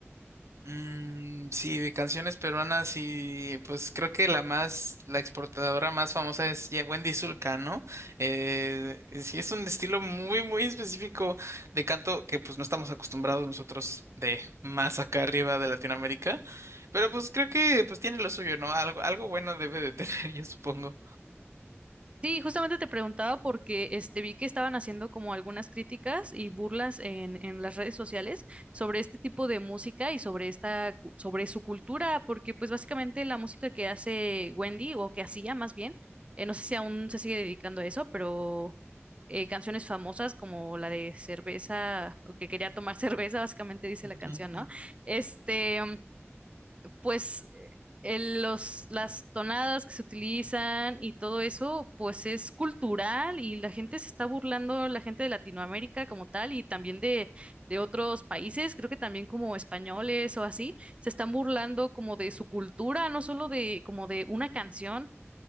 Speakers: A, on the right; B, on the right.
A: Mm, sí, de canciones peruanas y pues creo que la más, la exportadora más famosa es ya Wendy Zulka, ¿no? Eh, sí, es un estilo muy, muy específico de canto que pues no estamos acostumbrados nosotros de más acá arriba de Latinoamérica, pero pues creo que pues tiene lo suyo, ¿no? Algo, algo bueno debe de tener, <laughs> yo supongo.
B: Sí, justamente te preguntaba porque este vi que estaban haciendo como algunas críticas y burlas en, en las redes sociales sobre este tipo de música y sobre esta, cu- sobre su cultura, porque pues básicamente la música que hace Wendy, o que hacía más bien, eh, no sé si aún se sigue dedicando a eso, pero eh, canciones famosas como la de cerveza, o que quería tomar <laughs> cerveza, básicamente dice
A: Ujú.
B: la canción, ¿no? Este pues eh, el- los, las tonadas que se utilizan y todo eso, pues es cultural y la gente se está burlando, la gente de Latinoamérica como tal y también de, de otros países, creo que también como españoles o así, se están burlando como de su cultura, no solo de como de una canción.